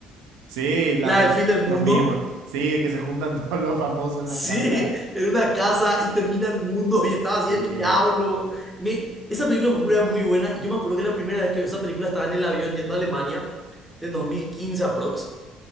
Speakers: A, on the right (about 70°); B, in the centre.
A: Sí, la-
B: la del fin del
A: lo
B: mundo.
A: mismo.
B: <laughs>
A: Sí, que se juntan <laughs> todos los famosos
B: Sí,
A: en la casa.
B: en una casa y termina el mundo y estaba
A: Sí,
B: así el diablo. Me, esa película por ejemplo, era muy buena y yo me acuerdo que la primera vez que vi esa película estaba en el avión yendo a Alemania en 2015 aprox.